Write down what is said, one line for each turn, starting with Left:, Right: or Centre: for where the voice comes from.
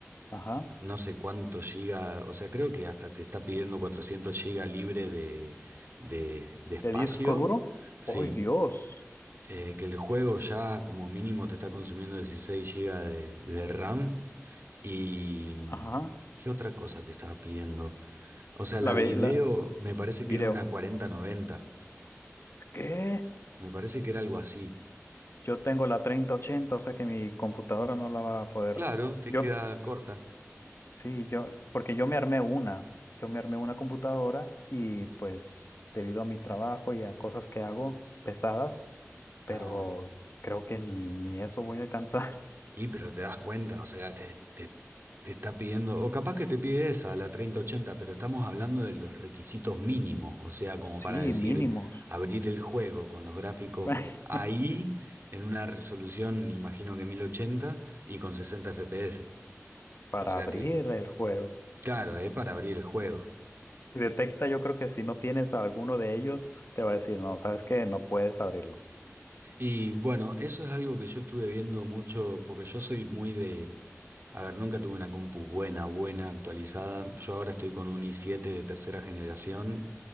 Left: Ajá.
Right: no sé cuánto giga, o sea, creo que hasta te está pidiendo 400 giga libre de, de, de espacio,
Left: ¿De disco duro?
Right: sí,
Left: ¡Ay, Dios!
Right: eh, que el juego ya como mínimo te está consumiendo 16 giga de, de RAM y... mm,
Left: Ajá.
Right: ¿Qué otra cosa te estaba pidiendo? O sea,
Left: La,
Right: la
Left: ve-
Right: video
Left: la
Right: me parece
Left: video.
Right: que era una 4090,
Left: ¿Qué?
Right: me parece que era algo así.
Left: Yo tengo la treinta ochenta. o sea que mi computadora no la va a poder.
Right: Claro, te
Left: Yo,
Right: queda corta.
Left: Sí, yo, porque yo me armé una, yo me armé una computadora y pues debido a mi trabajo y a cosas que hago pesadas,
Right: Ah,
Left: pero creo que ni, ni eso voy a alcanzar. <laughs>
Right: y pero te das cuenta, o sea, te, te, te está pidiendo, o capaz que te pide esa, la treinta ochenta, pero estamos hablando de los requisitos mínimos, o sea, como
Left: Sí,
Right: para decir,
Left: mínimos
Right: abrir el juego con los gráficos
Left: <laughs>
Right: ahí, en una resolución, imagino que 1080 y con 60 FPS.
Left: para
Right: O sea
Left: abrir
Right: que,
Left: el juego.
Right: claro, es para abrir el juego.
Left: Y detecta, yo creo que si no tienes alguno de ellos, te va a decir, no, sabes que no puedes abrirlo.
Right: Y bueno, eso es algo que yo estuve viendo mucho, porque yo soy muy de A ver, nunca tuve una compu buena, buena, actualizada. Yo ahora estoy con un i7 de tercera generación,